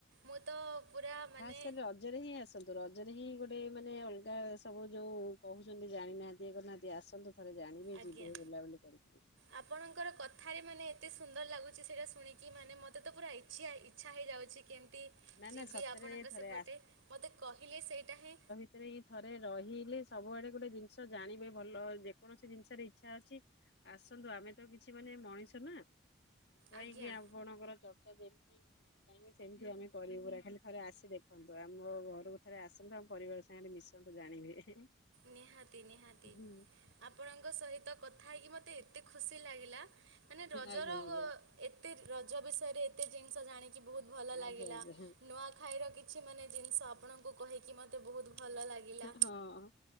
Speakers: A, on the right (about 80°); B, on the left (about 55°).
A: ମୁଁ ତ ପୁରା ମାନେ
B: ଖାସ୍ କରି ରଜରେ ହିଁ ଆସନ୍ତୁ ରଜରେ ହିଁ ଗୋଟେ ମାନେ ଅଲଗା ସବୁ ଯୋଉ କହୁଚନ୍ତି ଜାଣିନାହାନ୍ତି ଇଏ କରିନାହାଁନ୍ତି ଆସନ୍ତୁ ଥରେ ଜାଣିବେ
A: ଆଜ୍ଞା।
B: ଯିବେ ବୁଲାବୁଲି କରିକି।
A: ଆପଣଙ୍କର କଥାରେ ମାନେ ଏତେ ସୁନ୍ଦର ଲାଗୁଚି ସେଇଟା ଶୁଣିକି ମାନେ ମତେ ତ ପୁରା <unintelligible> ଇଚ୍ଛା ହେଇଯାଉଚି କେମ୍ତି
B: ନା
A: ଯିବି
B: ନା ସତରେ
A: ଆପଣଙ୍କ
B: ଥରେ
A: ସେପଟେ ମୋତେ କହିଲେ ସେଇଟା ହିଁ
B: ସେଥିରେ ହିଁ ଥରେ ରହିଲେ ସବୁ ଆଡ଼େ ଗୋଟେ ଜିନିଷ ଜାଣିବେ ଭଲ ଯେକୌଣସି ଜିନିଷରେ ଇଚ୍ଛା ଅଛି ଆସନ୍ତୁ ଆମେ ତ କିଛି ମାନେ ମଣିଷ ନା କାହିଁକି
A: ଆଜ୍ଞା।
B: ଆପଣଙ୍କର ଚର୍ଚ୍ଚା ଯେମ୍ତି କାଇଁକି ସେମ୍ତି ଆମେ କରିବୁ ପୁରା ଖାଲି ଥରେ ଆସି ଦେଖନ୍ତୁ ଆମ ଘରକୁ ଥରେ ଆସନ୍ତୁ ଆମ ପରିବାର ସାଙ୍ଗରେ ମିଶନ୍ତୁ ଜାଣିବେ।
A: ନିହାତି-ନିହାତି
B: ହୁଁ
A: ଆପଣଙ୍କ ସହିତ କଥା ହେଇକି ମୋତେ ଏତେ ଖୁସି ଲାଗିଲା ମାନେ ରଜର
B: ଆଜ୍ଞା ଆଜ୍ଞା
A: ଏତେ ରଜ ବିଷୟରେ ଏତେ ଜିନିଷ ଜାଣିକି ବହୁତ୍‌ ଭଲ ଲାଗିଲା
B: ଆଜ୍ଞା ଆଜ୍ଞା
A: ନୂଆଖାଇ ର କିଛି ମାନେ ଜିନିଷ ଆପଣଙ୍କୁ କହିକି ମୋତେ ବହୁତ୍ ଭଲ ଲାଗିଲା।
B: ହଁ।